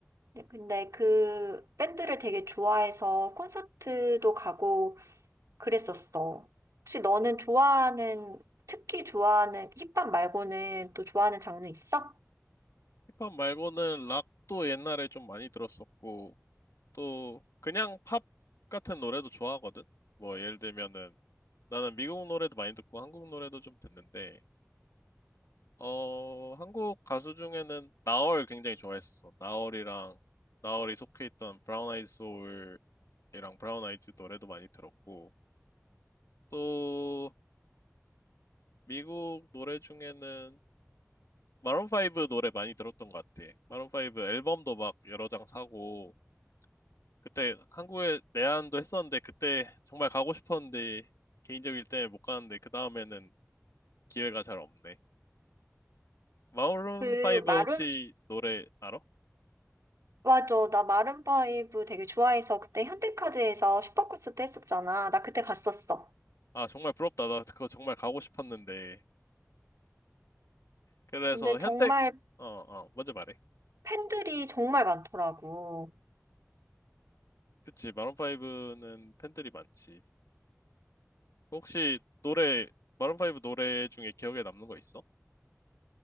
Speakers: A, on the right; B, on the left.
A: 네, 근데 그 밴드를 되게 좋아해서 콘서트도 가고 그랬었어. 혹시 너는 좋아하는, 특히 좋아하는 힙합 말고는 또 좋아하는 장르 있어?
B: 힙합 말고는 락도 옛날에 좀 많이 들었었고 또 그냥 팝 같은 노래도 좋아하거든. 뭐 예를 들면은 나는 미국 노래도 많이 듣고 한국 노래도 좀 듣는데, 어, 한국 가수 중에는 나얼 굉장히 좋아했었어. 나얼이랑, 나얼이 속해 있던 브라운 아이드 소울이랑 브라운 아이즈 노래도 많이 들었고, 또, 미국 노래 중에는 마룬 5 노래 많이 들었던 것 같아. 마룬 5 앨범도 막 여러 장 사고, 그때 한국에 내한도 했었는데, 그때 정말 가고 싶었는데, 개인적일 때문에 못 가는데, 그 다음에는 기회가 잘 없네. 마룬
A: 그
B: 5
A: 마룸
B: 혹시 노래 알아?
A: 맞아. 나 마룬파이브 되게 좋아해서 그때 현대카드에서 슈퍼콘서트 했었잖아. 나 그때 갔었어.
B: 아, 정말 부럽다. 나 그거 정말 가고 싶었는데. 그래서
A: 근데 정말
B: 현대, 어, 어, 먼저 말해.
A: 팬들이 정말 많더라고.
B: 그치, 마룬 5는 팬들이 많지. 혹시 노래, 마룬 5 노래 중에 기억에 남는 거 있어?